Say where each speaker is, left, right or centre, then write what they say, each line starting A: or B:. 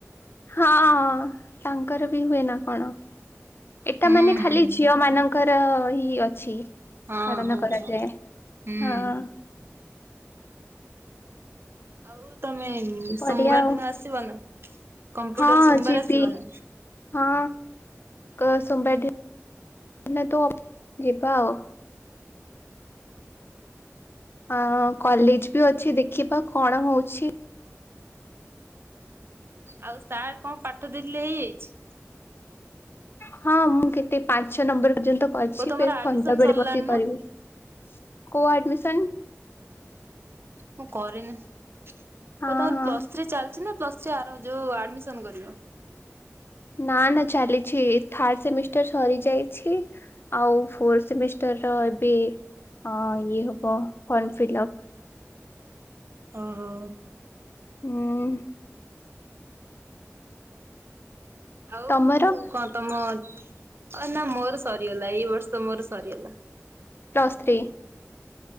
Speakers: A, on the left; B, on the right.
A: ହଁ ହଁ ତାଙ୍କର ବି ହୁଏ ନା କଣ। ଏଟା
B: ହୁଁ
A: ମାନେ ଖାଲି
B: ହୁଁ।
A: ଝିଅ ମାନଙ୍କର ଦହି ଅଛି।
B: ହଁ
A: ପାଳନ
B: ହଁ
A: କରାଯାଏ
B: ହଁ ହୁଁ।
A: ହଁ
B: ଆଉ ତମ୍ ମେମ୍
A: ବଢିଆ
B: ସୋମବାର
A: ଆଉ
B: ଦିନ ଆସିବ ନା। କମ୍ପ୍ୟୁଟର
A: ହଁ
B: ସୋମବାର
A: ଯିବି
B: ଆସିବ ନା?
A: ହଁ। କ ସୋମବାର ଦିନ ତ ଯିବା ଆଉ। ଆ କଲେଜ ବି ଅଛି ଦେଖିବା କଣ ହଉଛି।
B: ଆଉ ସାର୍ କଣ ପାଠ ଦେଇଥିଲେ ହେଇଯାଇଛି।
A: ହଁ ମୁଁ କେତେ ପାଞ୍ଚ ନମ୍ବର ପର୍ଯ୍ୟନ୍ତ କରିଛି
B: ଓ ତମର
A: ଫେର୍
B: ଆଡମିସନ
A: ସନ୍ଧ୍ୟା ବେଳେ
B: ସରିଲାଣି
A: ବସିକି କରିବି
B: ନା?
A: ।କୋଉ ଆଡମିସନ୍?
B: ମୁଁ କରିନି। ତ
A: ହଁ
B: ତୋମର
A: ହଁ
B: ପ୍ଲସ୍ ଥ୍ରୀ ଚାଲିଛି ନା ପ୍ଲୁ୍ସ ଥ୍ରୀ ଆର ଯୋଉ ଆଡମିସନ୍ କରିବ?
A: ନା ନା ଚାଲିଛି ଏ ଥାର୍ଡ ସେମିଷ୍ଟାର୍ ସରି ଯାଇଛି, ଆଉ ଫୋର ସେମିଷ୍ଟାର୍ ର ଏବେ ଅଁ, ଇଏ ହବ ଫର୍ମ ଫିଲଫ୍।
B: ଓ ହୋ
A: ହୁଁ,
B: ଆଉ
A: ତମର
B: କଣ ତୋମ ଅ-ନା ମୋର ସରିଗଲା, ଏଇ ବର୍ଷ ମୋର ସରିଗଲା।
A: ପ୍ଲସ୍ ଥ୍ରୀ